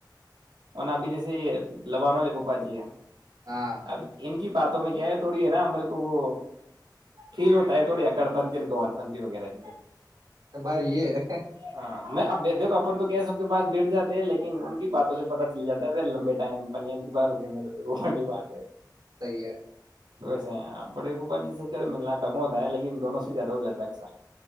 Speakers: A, on the right (about 80°); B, on the right (about 55°).
A: اورن ابھی جیسے یہ لبان والے پوپا جی ہے
B: ہاں
A: اب ایم کی بات کیا ہے تھوڑی ہے نا میرے کو وہ فیل ہوتا ہے تھوڑی اکڑ نتار پنت وغیرہے
B: بار یہ
A: اب دیکھو اپن تو کیا سب کے پاس بیٹھ جاتا لیکن ان کی باتوں سے پتا چل جا ہے پھر لمبے ٹائم پنیا کی بات رکیں گے تو پھر وہی بات ہے
B: صحیح ہے
A: ویسے بڑے پھپا جیس سے ملنا کم ہوتا ہے لیکن دونوں سے زیادہ ہو جاتا ہے اکثر